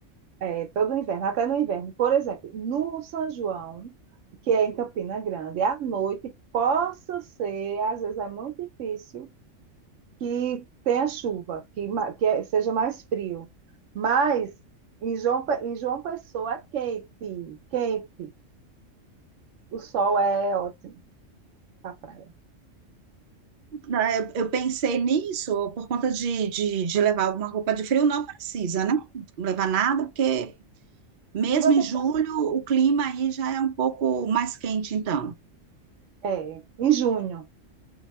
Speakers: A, on the right; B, on the right.
A: é, todo inverno, até no inverno. Por exemplo, no São João, que é em Campina Grande, à noite, possa ser, às vezes é muito difícil que tenha chuva, que, ma- que é- seja mais frio. Mas em João, Pe- em João Pessoa é quente, quente. O sol é ótimo para praia.
B: né, eu, eu pensei nisso por conta de, de, de levar alguma roupa de frio, não precisa, né? Não levar nada, porque mesmo
A: Se você
B: em julho
A: quiser-
B: o clima aí já é um pouco mais quente, então.
A: é, em junho,